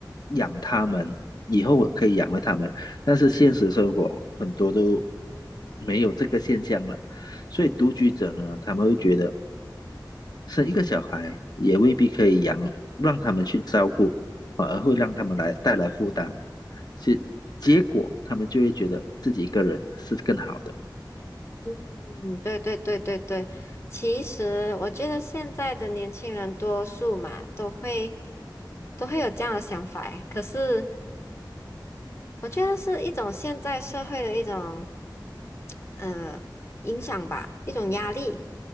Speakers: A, on the left; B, on the left.
A: 养他们，以后可以养活他们。但是现实生活很多都没有这个现象了，所以独居者呢，他们会觉得生一个小孩也未必可以养，让他们去照顾，反而会让他们来带来负担，是结果他们就会觉得自己一个人是更好的。
B: 嗯，对对对对对，其实我觉得现在的年轻人多数嘛，都会都会有这样的想法诶，可是。我觉得是一种现在社会的一种呃影响吧，一种压力。